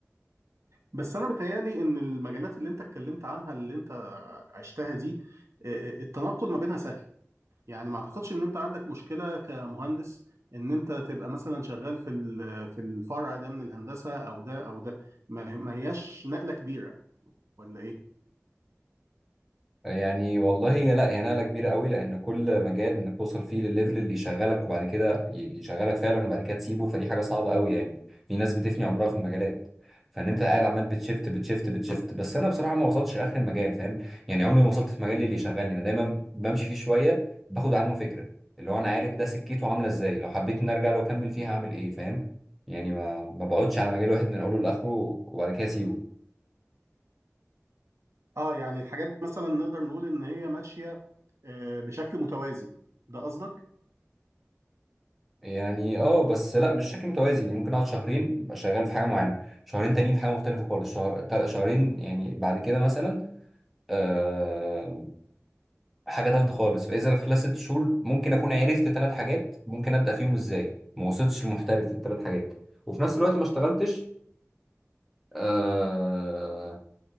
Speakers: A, on the right; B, in the centre.
A: بس انا بتهيالي ان المجالات اللي انت اتكلمت عنها اللي انت عشتها دي آه، آه، التنقل ما بينها سهل يعني ما اعتقدش ان انت عندك مشكلة كمهندس ان انت تبقى مثلا شغال في ال- في الفرع ده من الهندسة او ده او ده ما ما هياش نقلة كبيرة ولا ايه
B: يعني والله هي لا هي نقلة كبيرة قوي لأن كل مجال إنك توصل فيه للليفل اللي يشغلك وبعد كده يشغلك فعلا وبعد كده تسيبه فدي حاجة صعبة قوي يعني في ناس بتفني عمرها في المجالات فإن أنت قاعد عمال بتشفت بتشفت بتشفت بس أنا بصراحة ما وصلتش لآخر المجال فاهم يعني عمري ما وصلت في مجال اللي يشغلني أنا دايما بمشي فيه شوية باخد عنه فكرة اللي هو أنا عارف ده سكته عاملة إزاي لو حبيت إني أرجع له أكمل فيها هعمل إيه فاهم يعني ما ما بقعدش على مجال واحد من أوله لآخره وبعد كده أسيبه
A: اه يعني الحاجات دي مثلا نقدر نقول ان هي ماشية آه، بشكل متوازي ده قصدك
B: يعني اه بس لا مش شكل متوازي يعني ممكن اقعد شهرين ابقى شغال في حاجه معينه شهرين تانيين في حاجه مختلفه خالص شهر... تل- شهرين يعني بعد كده مثلا آه... حاجه تالته خالص فاذا خلال ست شهور ممكن اكون عرفت ثلاث حاجات ممكن ابدا فيهم ازاي ما وصلتش لمحترف في الثلاث حاجات وفي نفس الوقت ما اشتغلتش آه...